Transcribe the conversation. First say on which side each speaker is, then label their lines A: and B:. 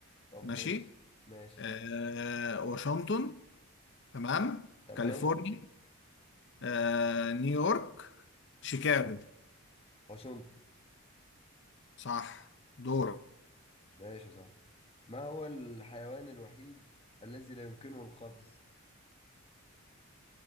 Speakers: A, on the left; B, on the left.
A: طب
B: ماشي
A: ماشي ماشي
B: آه واشنطن تمام
A: تمام
B: كاليفورنيا آه نيويورك شيكاغو
A: واشنطن
B: صح دور
A: ماشي صح ما هو الحيوان الوحيد الذي لا يمكنه القفز